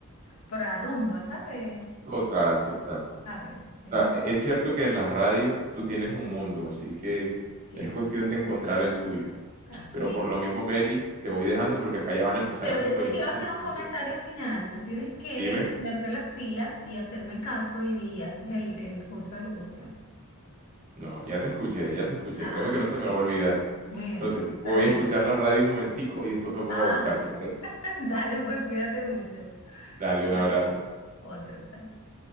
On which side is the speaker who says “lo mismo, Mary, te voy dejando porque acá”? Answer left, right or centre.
Right